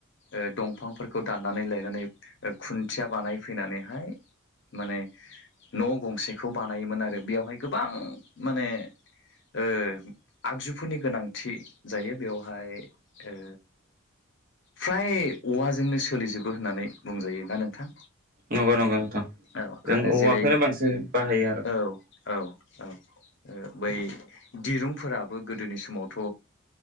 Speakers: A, on the left (about 60°); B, on the right (about 45°).
A: ओ दंफांफोरखौ दाननानै लायनानै खुन्थिया बानायफैनानैहाय माने न' गंसेखौ बानायोमोन आरो बेयावहाय गोबां माने ओ आगजुफोरनि गोनांथि जायो बेवहाय ओ फ्राय औवाजोंनो सोलिजोबो होननानै बुंजायो ना नोंथां
B: नंगौ नंगौ नोंथां
A: औ
B: जों
A: आरो
B: औवाखौनो
A: जेरै
B: बांसिन बाहायो आरो
A: औ औ। औ ओ बै दिरुंफोराबो गोदोनि समावथ'